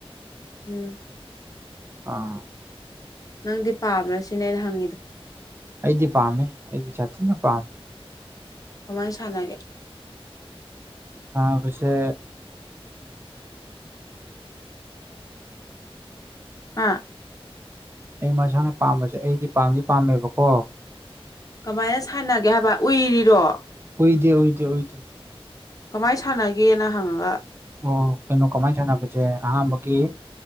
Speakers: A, on the left; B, on the right.
A: ꯎꯝ
B: ꯑꯥ
A: ꯅꯪꯗꯤ ꯄꯥꯝ꯭ꯔ ꯁꯤꯅꯦ ꯑꯩꯅ ꯍꯪꯉꯤꯗꯣ
B: ꯑꯩꯗꯤ ꯄꯥꯝꯃꯦ ꯑꯩꯗꯤ ꯆꯊꯤꯅ ꯄꯥꯝꯃꯦ
A: ꯀꯃꯥꯏꯅ ꯁꯥꯟꯅꯒꯦ
B: ꯇꯥ ꯄꯁꯦ
A: ꯑꯥ
B: ꯑꯩ ꯃꯁꯥꯅ ꯄꯥꯝꯕꯁꯦ ꯑꯩꯗꯤ ꯄꯥꯝꯗꯤ ꯄꯥꯝꯃꯦꯕꯀꯣ
A: ꯀꯃꯥꯏꯅ ꯁꯥꯟꯅꯒꯦ ꯍꯥꯏꯕ ꯎꯏꯔꯤꯔꯣ
B: ꯎꯥꯏꯗꯦ ꯎꯗꯦ ꯎꯗꯦ
A: ꯀꯃꯥꯏꯅ ꯁꯥꯟꯅꯒꯦꯅ ꯍꯪꯉꯒ
B: ꯑꯣ ꯀꯩꯅꯣ ꯀꯃꯥꯏꯅ ꯁꯥꯟꯅꯕꯁꯦ ꯑꯍꯥꯟꯕꯒꯤ